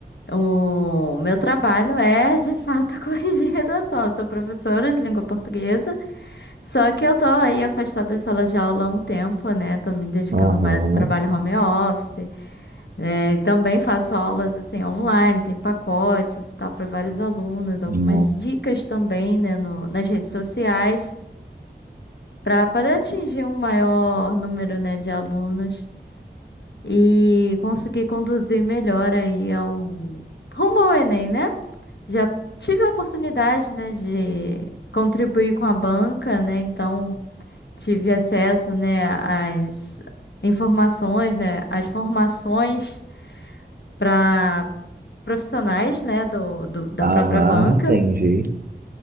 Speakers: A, on the left; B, on the right.
A: O meu trabalho é, de fato, <laughs> corrigir redação. Eu sou professora de língua portuguesa, só que eu tô aí afastada da sala de aula há um tempo, né? Tô me dedicando
B: Aham,
A: mais ao trabalho home office. É, também faço aulas assim online, tem pacotes e tal para vários alunos, algumas
B: uhum,
A: dicas também, né, no- nas redes sociais para poder atingir um maior número, né, de alunos e conseguir conduzir melhor aí ao rumo ao Enem, né? Já tive a oportunidade, né, de contribuir com a banca, né? Então tive acesso, né, às informações, né, às formações para profissionais, né, do, do- da
B: aham,
A: própria banca.
B: entendi.